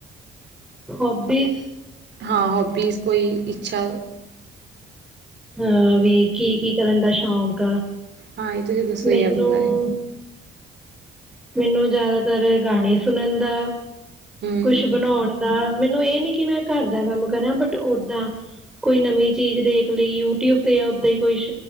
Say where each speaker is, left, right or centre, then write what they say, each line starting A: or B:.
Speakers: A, in the centre; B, on the right.
A: ਹੋਬਿਸ
B: ਹਾਂ ਹੋਬੀਜ਼ ਕੋਈ ਇੱਛਾ
A: ਹਾਂ ਵੀ ਕੀ-ਕੀ ਕਰਨ ਦਾ ਸ਼ੌਕ ਆ,
B: ਹਾਂ ਇਹ ਤੁਸੀਂ ਦੱਸੋ
A: ਮੈਨੂੰ
B: ਜੀ ਆਪਦੇ ਬਾਰੇ
A: ਮੈਨੂੰ ਜ਼ਿਆਦਾਤਰ ਗਾਣੇ ਸੁਣਨ ਦਾ
B: ਹੂੰ
A: ਕੁਛ ਬਣਾਉਣ ਦਾ, ਮੈਨੂੰ ਇਹ ਨੀ ਕਿ ਮੈਂ ਘਰ ਦਾ ਕੰਮ ਕਰਾਂ, ਬਟ ਓਦਾਂ ਕੋਈ ਨਵੀਂ ਚੀਜ਼ ਦੇਖ ਲਈ ਯੂਟਿਊਬ ਤੇ ਜਾਂ ਉਓਦਾਂ ਹੀ ਕੁਛ